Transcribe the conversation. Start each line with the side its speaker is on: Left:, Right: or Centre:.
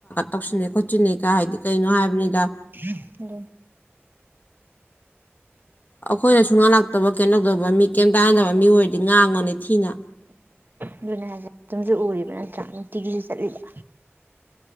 Left: ꯇꯧꯁꯤꯟꯅꯦ ꯈꯣꯠꯁꯤꯟꯅꯦ ꯀ ꯍꯥꯏꯗꯤ ꯀꯩꯅꯣ ꯍꯥꯏꯕꯅꯤꯗ
Right: ꯎꯝ
Left: ꯑꯈꯣꯏ ꯁꯨꯍꯥꯟꯜꯂꯥꯛꯛꯇꯕ ꯀꯩꯅꯣꯧꯗꯕ ꯃꯤ ꯀꯩꯝ ꯇꯥꯍꯟꯗꯕ ꯃꯤ ꯑꯣꯏꯔꯗꯤ ꯉꯥꯡꯉꯅꯤ ꯊꯤꯅ
Right: ꯑꯗꯨꯅ ꯍꯥꯏꯁꯦ ꯑꯗꯨꯝꯁꯨ ꯎꯔꯤꯕ ꯅꯠꯇ꯭ꯔꯥ ꯇꯤꯒꯤꯁꯨ ꯆꯠꯂꯤꯕ